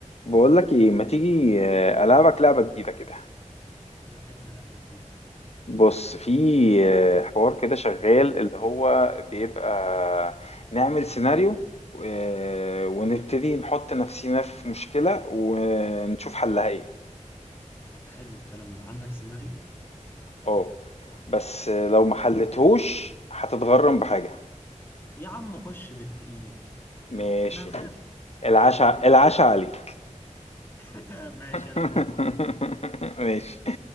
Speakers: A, on the left; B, on the left.
A: بقول لك ايه ما تيجي آه، العبك لعبه جديده كده
B: لعبنا لعبة جديدة يا عم
A: بص في آه، حوار كده شغال اللي هو بيبقى نعمل سيناريو آه، ونبتدي نحط نفسينا في مشكله ونشوف حلها ايه
B: طب حلو الكلام ده عندك سيناريو
A: اه بس آه، لو ما حلتهوش هتتغرم بحاجه
B: يا عم خش بالتقيل
A: ماشي
B: احنا هنخاف
A: العشاء العشاء عليك
B: <laughs> ماشي
A: <laughs>
B: انا موافق
A: ماشي